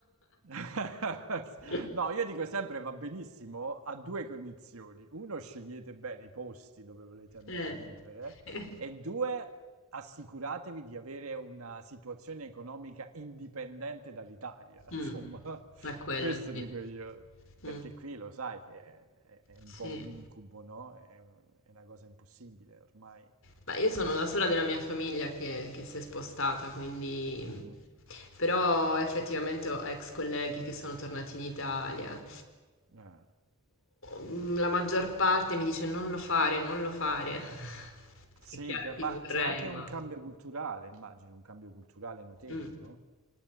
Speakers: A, on the right; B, on the left.
A: <laughs>
B: <laughs>
A: No, io dico sempre va benissimo a due condizioni. Uno, scegliete bene i posti dove volete andare
B: Eh.
A: a vivere
B: Eh.
A: e due, assicuratevi di avere una situazione economica indipendente dall'Italia. <laughs>
B: Mh.
A: Insomma,
B: Ma quello
A: questo
B: sì.
A: dico io,
B: Mh,
A: perché qui lo sai che è, è un
B: sì.
A: po' un incubo, no? È, è una cosa impossibile ormai.
B: Beh, io sono la sola della mia famiglia che, che si è spostata, quindi...
A: Mhm.
B: Però effettivamente ho ex colleghi che sono tornati in Italia.
A: Eh,
B: Mm, La maggior parte mi dice non lo fare, non lo fare. <laughs>
A: sì,
B: È chiaro
A: ca-
B: che
A: ma
B: io vorrei,
A: c'è anche
B: ma...
A: un cambio culturale, immagino, un cambio culturale notevole,
B: Mm.
A: no?